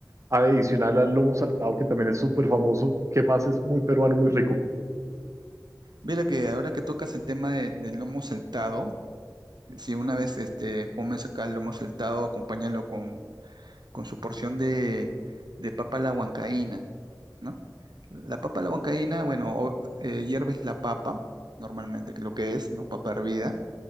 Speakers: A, on the right; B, on the right.
A: adicional al lomo saltado, que también es súper famoso, que más es muy peruano, muy rico?
B: Mira que ahora que tocas el tema de- del lomo saltado, si una vez este, comes acá el lomo saltado, acompáñalo con, con su porción de, de papa a la huancaína, ¿no? La papa a la huancaína, bueno, o- eh, hierves la papa, normalmente, que lo que es, ¿no? Papa hervida,